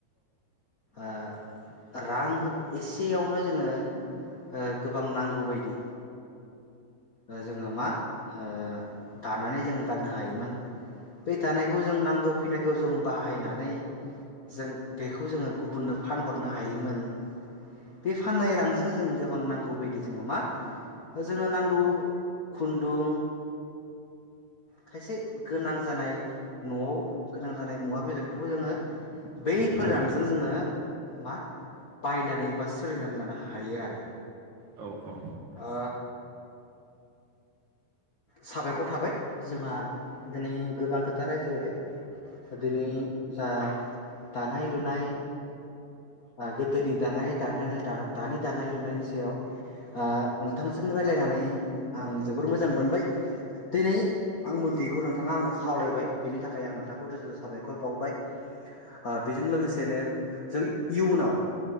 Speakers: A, on the left; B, on the right.
A: ओ रां हो एसेयावनो जोङो ओ गोबां नांगौ बायदि ओ जोङो मा ओ दानानै जोङो गाननो हायोमोन। बे दानायखौ जों नांगौ खिनाखौ जों बाहायनानै जों बेखौ जोङो गुबुननो फानहरनो हायोमोन। बे फाननाय रांजों जों गोबां नांगौ बायदि जोङो मा जोङो नांगौ खुन्दुं खायसे गोनां जानाय न'वाव गोनां जानाय मुवा बेसादखौबो जोङो बैफोर
B: उम
A: रांजों जोङो मा बायनानै बा सोलिनानै लानो हायो आरो।
B: औ औ
A: ओ साबायखर थाबाय जोंहा दिनै गोबां खोथा रायज्लायबाय। दिनै दा दानाय लुनाय, ओ गोदोनि दानाय दानायानो दा दानि दानाय लुनायनि सायाव आ नोंथांजों रायलायनानै आं जोबोर मोजां मोनबाय। दिनै आं मोनथियैखौ नोंथाङा आंनो खावलायबाय बेनि थाखाय आं नोंथांखौ रोजा रोजा साबायखर बावबाय आ बेजों लोगोसेनो जों इयुनाव